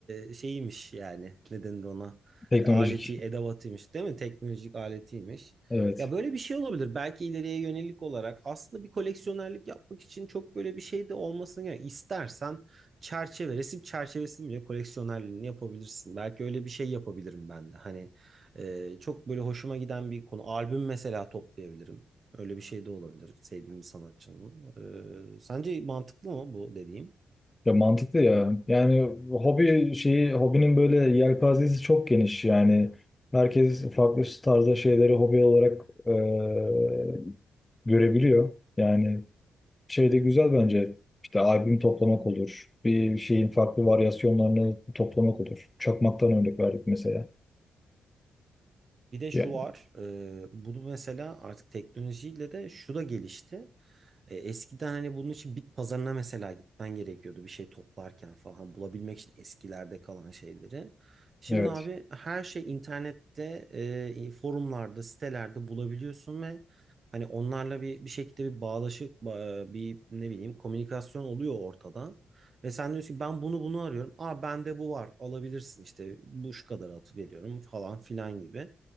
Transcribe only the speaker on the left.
Teknolojik.
Evet.
Ya mantıklı ya. Yani hobi şeyi hobinin böyle yelpazesi çok geniş. Yani herkes farklı tarzda şeyleri hobi olarak eee, görebiliyor. Yani şey de güzel bence. İşte albüm toplamak olur. Bir şeyin farklı varyasyonlarını toplamak olur. Çakmaktan örnek verdik mesela.
Ya,
evet.